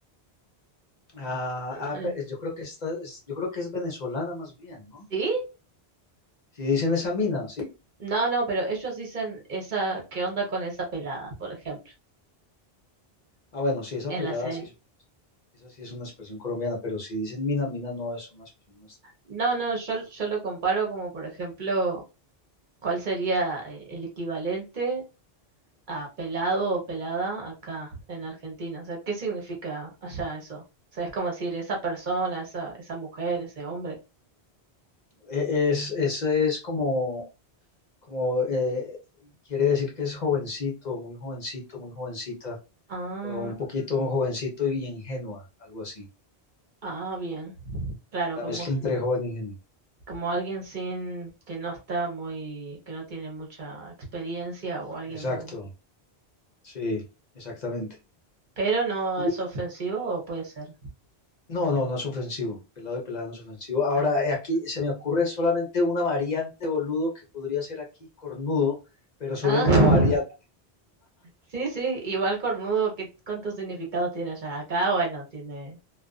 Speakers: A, on the left; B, on the right.
A: Ah,
B: Mm,
A: ah, pero yo creo que esta es, yo creo que es venezolana más bien, ¿no?
B: ¿Sí?
A: Si dicen esa mina, ¿sí?
B: No, no, pero ellos dicen esa, ¿qué onda con esa pelada, por ejemplo,
A: Ah, bueno, sí, esa
B: en
A: pelada,
B: la serie?
A: sí, eso sí es una expresión colombiana, pero si dicen mina, mina no es una expresión nuestra.
B: No, no, yo, yo lo comparo como, por ejemplo, ¿cuál sería eh, el equivalente a pelado o pelada acá en Argentina? O sea, ¿qué significa allá eso? O sea, es como decir esa persona, esa, esa mujer, ese hombre.
A: e-, Es, ese es como, como eh, quiere decir que es jovencito, muy jovencito, muy jovencita,
B: Ah,
A: o un poquito jovencito y ingenua, algo así.
B: ah, bien. Claro,
A: La
B: como,
A: mezcla entre joven e ingenuo.
B: como alguien sin, que no está muy, que no tiene mucha experiencia o alguien
A: Exacto,
B: muy
A: sí, exactamente.
B: Pero no
A: Y-
B: es ofensivo o puede ser.
A: No, no, no es ofensivo. Pelado y pelada no es ofensivo. Ahora,
B: Ah,
A: eh, aquí se me ocurre solamente una variante, boludo, que podría ser aquí cornudo, pero solo
B: Ah,
A: en una
B: <laughs>
A: variante,
B: sí, sí, igual cornudo, ¿qué, cuántos significados tiene allá? Acá, bueno, tiene